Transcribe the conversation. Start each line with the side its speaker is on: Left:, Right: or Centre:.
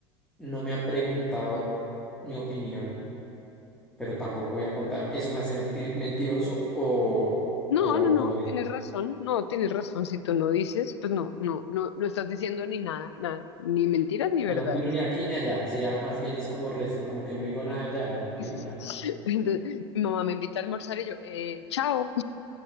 Centre: no me han preguntado mi opinión, pero tampoco voy a contar. ¿Eso me hace mentir, mentiroso o,
Left: No,
Centre: o
Left: no, no,
Centre: prudente?
Left: tienes razón, no, tienes razón. Si tú no dices, pues no, no, no, no estás diciendo ni nada, nada, ni mentiras ni
Centre: O
Left: verdades.
Centre: sea, no opino ni aquí ni allá. Sería más bien es como, res- como que no digo nada allá, no opino
Left: <laughs>
Centre: nada.
Left: Entonces, mi mamá me invita a almorzar y yo, eh, chao.